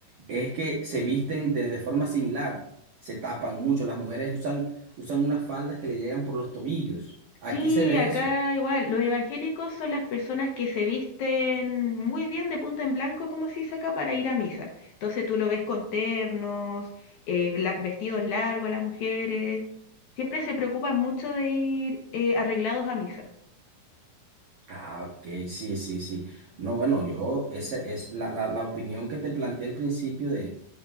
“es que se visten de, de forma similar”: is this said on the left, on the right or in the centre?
Right